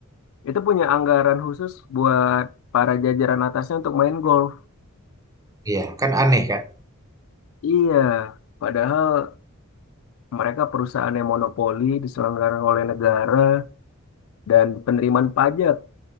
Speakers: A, on the left; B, on the right.
A: itu punya anggaran khusus buat para jajaran atasnya untuk main golf.
B: Iya, kan aneh kan?
A: Iya, padahal mereka perusahaan yang monopoli diselenggarakan oleh negara dan penerimaan pajak